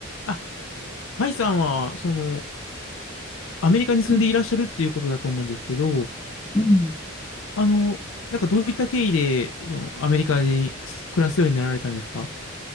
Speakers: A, on the left; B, on the left.
A: あ、マイさんは、その、アメリカに住んでいらっしゃるっていうことだと思うんですけど、
B: うんうん
A: あの、なんかどういった経緯で、その、アメリカで暮らすようになられたんですか